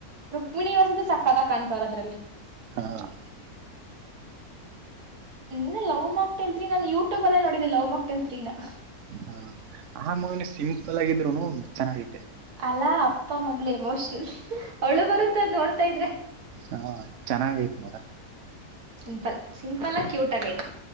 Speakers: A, on the right; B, on the right.
A: ಕುಣಿವಸಂತ ಸಕ್ಕಾಗ ಕಾಣ್ತವ್ರ ಅದ್ರಲ್ಲಿ
B: ಹಾ.. <inaudible>
A: ಇನ್ನ ಲವ್ ಮಾಕ್‌ಟೇಲ್ ತ್ರೀ ನಾನನ್ ಯೂಟ್ಯೂಬ್ ಅಲ್ಲೇ ನೋಡಿದ್ದೆ ಲವ್ ಮಾಕ್‌ಟೇಲ್ ತ್ರೀ ನಾ.. <unintelligible>
B: ಹಾ ಆ ಮೂವಿ ಸಿಂಪಲಾಗಿದ್ದ್.. <unintelligible> ಚೆನ್ನಾಗಿತ್ತು
A: ಅಲ್ಲಾ ಅಪ್ಪ ಮಗಳು ಎಮೋಷನಲ್... <inaudible> ಅಳು ಬರುತ್ತ ನೋಡ್ತಾ ಇದ್ರೆ
B: ಹಾ ಚೆನ್ನಾಗ ಐತ್ ಮದ
A: ಸಿಂಪಲ್ ಸಿಂಪಲ್ ಕ್ಯೂಟ್ ಆಗೈತಿ